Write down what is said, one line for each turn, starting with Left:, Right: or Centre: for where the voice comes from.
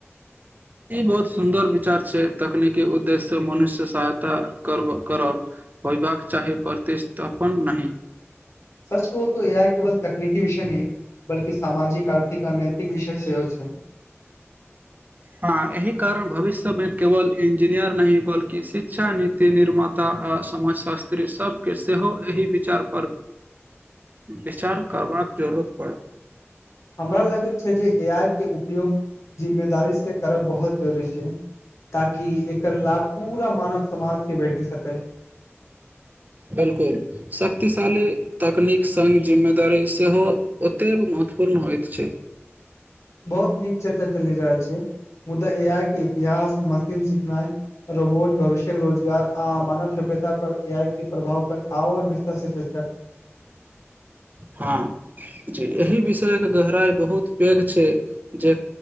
Right: ई बहुत सुन्दर विचार छै, तकनीकी उद्देश्यसँ मनुष्य सहायता करब होयबाक चाही प्रतिस्थापन नहि।
Left: सच कहुँ तो एआई केवल तकनीकी विषय नहि बल्कि सामाजिक आर्थिक आ नैतिक विषय सेहो छै
Right: हँ, एहिह कारण भविष्य सभमे केवल इंजीनियर नहि, बल्कि शिक्षा नीति निर्माता आ समाजशास्त्री सभ केँ सेहो एहि विचार पर विचार करबाक जरूरत पड़त
Left: हमरा लगैत छै जे एआइ के उपयोग जिम्मेदारी से करब बहुत जरुरी छै, ताकि एकर लाभ पूरा मानव समाज के भेट सकै।
Right: बिल्कुल, शक्तिशाली तकनीक सङ्ग जिम्मेदारी सेहो ओतेक महत्वपूर्ण होइत छै।
Left: बहुत नीक चर्चा चलि रहल छै। मुदा एआई के इतिहास, मशीन सिखना, रोबोट, भविष्य रोजगार, आ मानव सभ्यता पर एआई के प्रभाव पर आओर विस्तर से च
Right: हँ, जी एहि विष एतेक गहराइ बहुत पैघ छै, जे